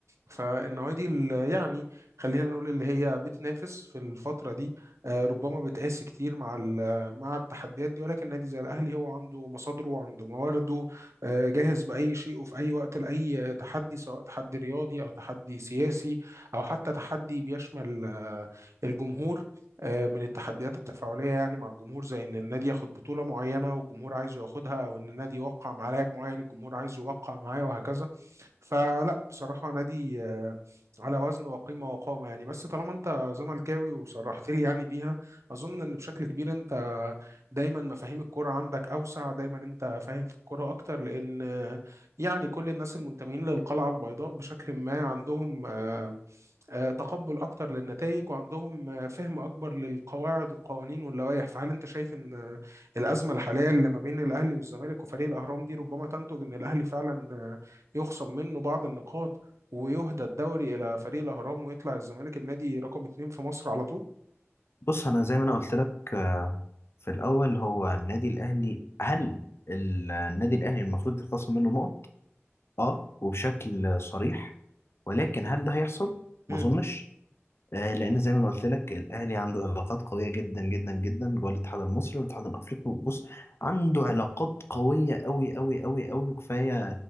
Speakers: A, on the right (about 75°); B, on the left (about 60°).
A: فالنوادي اللي يعني خلينا نقول اللي هي بتنافس في الفترة دي آه، ربما بتقاس كتير مع مع التحديات دي ولكن نادي زي الاهلي هو عنده مصادره وعنده موارده آه، جاهز باي شيء وفي اي وقت لاي تحدي سواء تحدي رياضي او تحدي سياسي او حتى تحدي بيشمل آه، الجمهور آه، من التحديات التفاعلية يعني مع الجمهور زي إن النادي ياخد بطولة معينة والجمهور عايزه ياخدها أو إن النادي يوقع مع لاعب معين الجمهور عايزه يوقع معاه وهكذا فلا بصراحة نادي آه، على وزن وقيمة وقامة يعني بس طالما أنت زملكاوي وصرحت لي يعني بيها اظن ان بشكل كبير انت دايما مفاهيم الكوره عندك اوسع دايما انت فاهم في الكوره اكتر لان يعني كل الناس المنتمين للقلعه البيضاء بشكل ما عندهم آه، آه، تقبل اكتر للنتائج وعندهم آه، فهم اكبر للقواعد والقوانين واللوائح فهل انت شايف ان الازمه الحاليه اللي ما بين الاهلي والزمالك وفريق الاهرام دي ربما تنتج ان الاهلي فعلا آه، يخصم منه بعض النقاط ويهدى الدوري الى فريق الاهرام ويطلع الزمالك النادي رقم اتنين في مصر على طول؟
B: بص انا زي ما انا قلت لك آه، في الاول هو النادي الاهلي هل ال- النادي الاهلي المفروض يتخصم منه نقط اه وبشكل صريح ولكن هل ده هيحصل ما
A: مم،
B: اظنش آه، لان زي ما انا قلت لك الاهلي عنده علاقات قويه جدا جدا جدا جوه الاتحاد المصري والاتحاد الافريقي بص عنده علاقات قويه قوي قوي قوي قوي وكفايه